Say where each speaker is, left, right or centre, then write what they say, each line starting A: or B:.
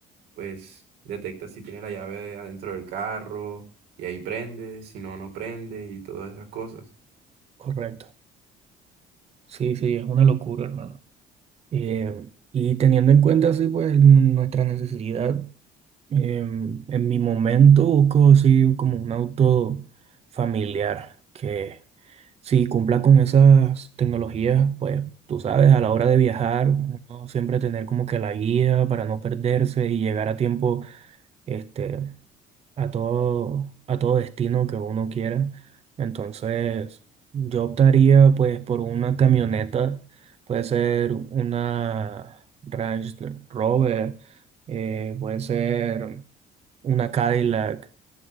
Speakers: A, on the right; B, on the right.
A: pues, detecta si tienes la llave adentro del carro y ahí prende, si no, no prende y todas esas cosas.
B: Correcto. Sí, sí, es una locura, hermano. Eh, y teniendo en cuenta así pues n- nuestra necesidad, eh, en mi momento busco así como un auto familiar que Si cumpla con esas tecnologías, pues tú sabes, a la hora de viajar, uno siempre tener como que la guía para no perderse y llegar a tiempo, este, a todo, a todo destino que uno quiera. Entonces, yo optaría pues por una camioneta, puede ser una Range Rover, eh, puede ser una Cadillac.